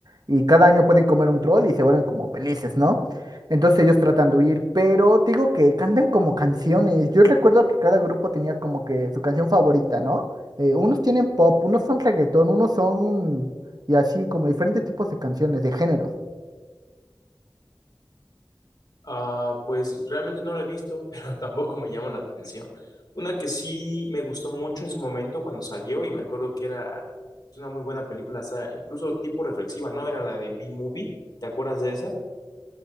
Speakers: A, on the right (about 50°); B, on the left (about 55°).
A: y cada año pueden comer un troll y se vuelven como felices, ¿no? Entonces ellos tratan de huir, pero te digo que cantan como canciones. Yo recuerdo que cada grupo tenía como que su canción favorita, ¿no? Eh, unos tienen pop, unos son reggaetón, unos son... y así como diferentes tipos de canciones, de géneros.
B: Ah, pues realmente no la he visto, <laughs> pero tampoco me llama la atención. Una que sí me gustó mucho en su momento cuando salió y me acuerdo que era es una muy buena película, o sea, incluso tipo reflexiva, ¿no? Era la de B-Movie, ¿te acuerdas de esa?